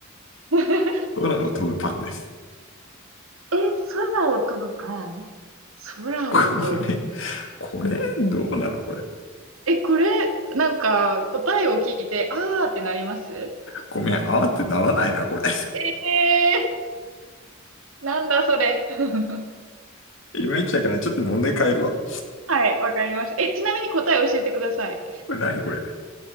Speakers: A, on the right; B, on the left.
A: <laughs>
B: 空を飛ぶパンです。
A: え、空を飛ぶパン空を飛ぶ。
B: これ、これ、どうなのこれ。
A: え、これ、なんか、答えを聞いて、あーってなります
B: ごめん、あーってならないな、これ。
A: ええなんだそれ。<laughs>
B: いまいちだから、ちょっと問題変えるわ。
A: はい、わかりました。え、ちなみに答え教えてください。
B: これ何これ。